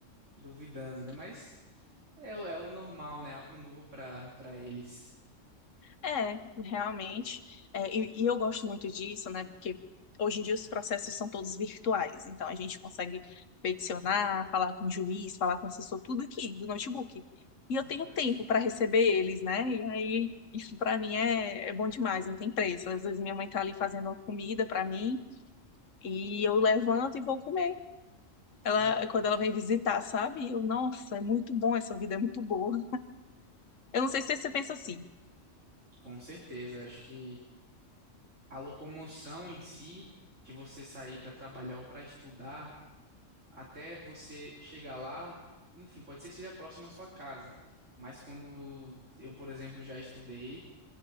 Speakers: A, on the right (about 70°); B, on the left (about 75°).
A: duvidando, né? Mas é, o- é o normal, né? Algo novo para para eles.
B: É, realmente. É, e, e eu gosto muito disso, né? Porque hoje em dia os processos são todos virtuais. Então a gente consegue peticionar, falar com o juiz, falar com o assessor, tudo aqui do notebook. E eu
A: Fantástico,
B: tenho tempo para receber eles, né? E aí isso para mim é, é bom demais, não tem preço. Às vezes minha mãe tá ali fazendo uma comida para mim e eu levanto e vou comer. Ela,
A: fantástico.
B: é quando ela vem visitar, sabe? Eu, nossa, é muito bom, essa vida é muito boa. Eu não sei se você pensa assim,
A: Com certeza, acho que a locomoção em si, de você sair para trabalhar ou para estudar, até você chegar lá, enfim, pode ser que seja próximo à sua casa, mas quando eu, por exemplo, já estudei